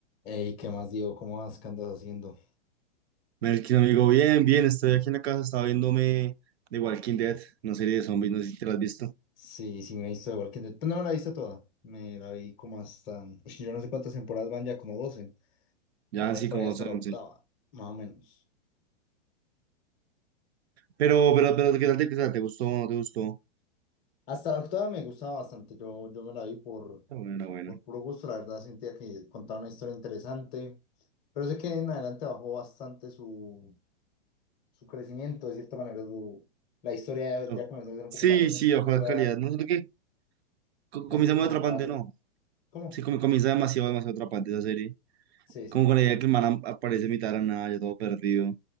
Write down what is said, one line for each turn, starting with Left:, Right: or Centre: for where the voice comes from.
Left: Ey, ¿qué más digo? ¿Cómo vas? ¿Qué andas haciendo?
Right: Melkin, amigo, bien, bien, estoy aquí en la casa, estaba viéndome The Walking Dead, una serie
Left: Sí.
Right: de zombies, no sé si te la has visto.
Left: Sí, sí, me he visto igual que... Pues no me la he visto toda. Me la vi como hasta... Ush, Yo no sé cuántas temporadas van ya, como 12.
Right: Ya
Left: Me la
Right: han
Left: vi
Right: sí,
Left: por
Right: como
Left: ahí hasta
Right: 12,
Left: la
Right: 11.
Left: octava, más o menos.
Right: Pero, pero, pero, ¿qué tal te, qué tal? ¿Te gustó? ¿No te gustó?
Left: Hasta la octava me gustaba bastante. Yo, yo me la vi por,
Right: Está buena, buena.
Left: por puro gusto. La verdad sentía que contaba una historia interesante. Pero sé que en adelante bajó bastante su, su crecimiento, de cierta manera. su- la historia
Right: No.
Left: ya comenzó a ser un
Right: Sí,
Left: poco más repetitiva.
Right: sí, ojalá calidad. No siento que co-
Left: No
Right: comienza
Left: supieron
Right: muy atrapante,
Left: acabarla.
Right: no.
Left: ¿Cómo?
Right: Sí, com- comienza demasiado, demasiado atrapante esa serie.
Left: Sí, sí.
Right: Como con la idea de que el man am- aparece en mitad de la nada, ya todo perdido,